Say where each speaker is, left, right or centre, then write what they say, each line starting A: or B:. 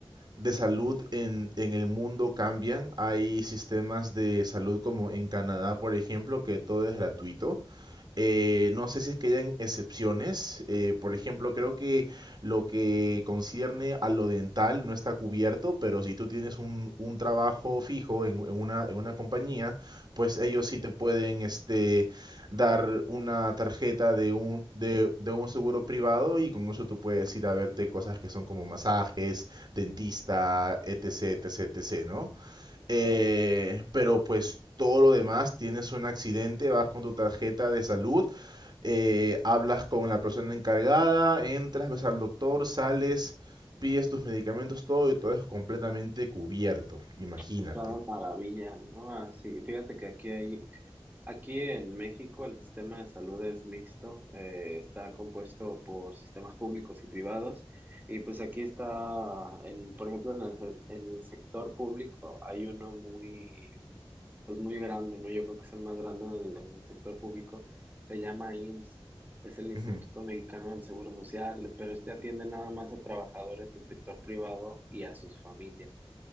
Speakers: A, on the right (about 50°); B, on the right (about 20°).
A: de salud en, en el mundo cambian. Hay sistemas de salud como en Canadá, por ejemplo, que todo es gratuito. Eh, no sé si es que hayan excepciones. eh, por ejemplo, creo que lo que concierne a lo dental no está cubierto, pero si tú tienes un, un trabajo fijo en, en una, en una compañía, pues ellos
B: Ujú.
A: sí te pueden este, dar una tarjeta de un, de, de un seguro privado y con eso tú puedes ir a verte cosas que son como masajes, dentista, etc, etc, etc, ¿no? Eh,
B: Oh.
A: pero pues todo lo demás, tienes un accidente, vas con tu tarjeta de salud, eh, hablas con la persona encargada, entras, ves al doctor, sales, pides tus medicamentos, todo y todo es completamente cubierto, imagínate.
B: Está de maravilla, ¿no? Ah, sí, fíjate que aquí hay Aquí en México el sistema de salud es mixto, eh, está compuesto por sistemas públicos y privados y pues aquí está, en, por ejemplo, en el, se- en el sector público hay uno muy, pues muy grande, ¿no? Yo creo que es el más grande en el, en el sector público, se llama IMSS, es el Instituto
A: Ujú,
B: Mexicano del Seguro Social, pero este atiende nada más a trabajadores del sector privado y a sus familias.